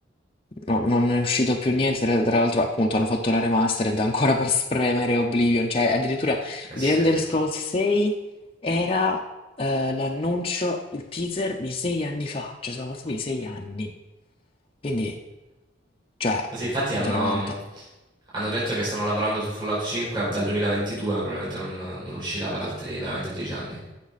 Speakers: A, on the left; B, on the right.
A: no- non è uscito più niente, tra, tra l'altro appunto hanno fatto la remastered ancora per spremere Oblivion, cioè addirittura...
B: eh
A: The
B: sì,
A: Elder
B: sì.
A: Scrolls 6 era eh, l'annuncio, il teaser di sei anni fa, cioè sono passati sei anni. Quindi, cioè,
B: Ma sì, infatti
A: veramente.
B: hanno, hanno detto che stanno lavorando su Fallout 5 dal 2022, ma probabilmente non, non uscirà per altri veramente 10 anni. <laughs>